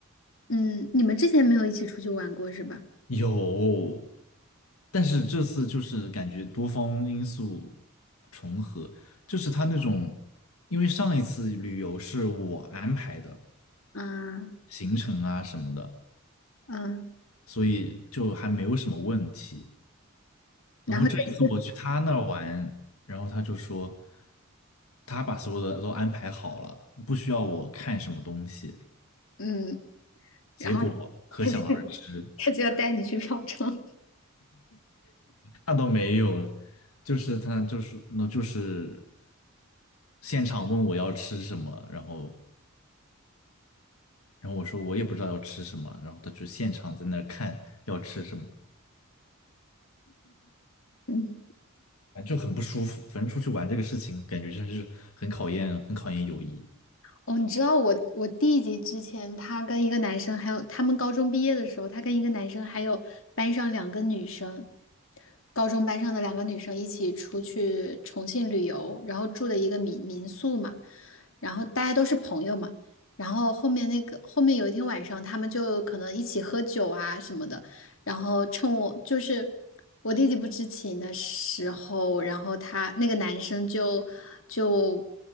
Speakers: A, on the left; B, on the left.
A: 嗯，你们之前没有一起出去玩过是吧？
B: 有，但是这次就是感觉多方因素重合，就是他那种，因为上一次旅游是我安排的
A: 嗯
B: 行程啊什么的。
A: 嗯，
B: 所以就还没有什么问题。
A: 然后这一次，
B: 然后这一次我去他那儿玩，然后他就说他把所有的都安排好了，不需要我看什么东西。
A: 嗯，
B: 结果可想而知，
A: 然后他就 <laughs> 他就要带你去嫖娼，<laughs>
B: 那倒没有，就是他就是那就是现场问我要吃什么，然后然后我说我也不知道要吃什么，然后他就现场在那儿看要吃什么。
A: 嗯
B: 反正就很不舒服，反正出去玩这个事情，感觉真是很考验，很考验友谊。
A: 哦，你知道我我弟弟之前他跟一个男生，还有他们高中毕业的时候，他跟一个男生还有班上两个女生，高中班上的两个女生一起出去重庆旅游，然后住的一个民民宿嘛，然后大家都是朋友嘛，然后后面那个后面有一天晚上，他们就可能一起喝酒啊什么的，然后趁我就是我弟弟不知情的时候，然后他那个男生就就